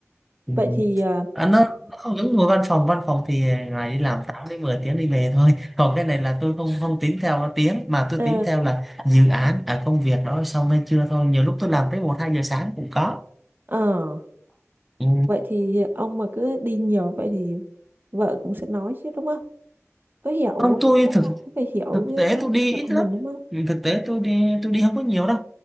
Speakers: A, in the centre; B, on the right (about 40°).
A: ừ.
B: Vậy thì ờ
A: à, nó, nó không giống ngồi văn phòng văn phòng thì ngày đi làm 8 đến 10 tiếng đi về thôi còn cái này là tôi không không tính theo tiếng mà tôi
B: ờ,
A: tính theo là dự án ở công việc đó xong hay chưa thôi nhiều lúc tôi làm tới một hai giờ sáng cũng có
B: ờ,
A: ừ.
B: vậy thì ông mà cứ đi nhiều vậy thì vợ cũng sẽ nói chứ đúng không? Có hiểu
A: Không, tôi
B: chắc
A: thực
B: là cũng phải hiểu
A: thực
B: với
A: tế
B: trong
A: tôi đi
B: công việc
A: ít
B: của
A: lắm.
B: mình đúng không?
A: Ừ, Thực tế tôi đi tôi đi không có nhiều đâu.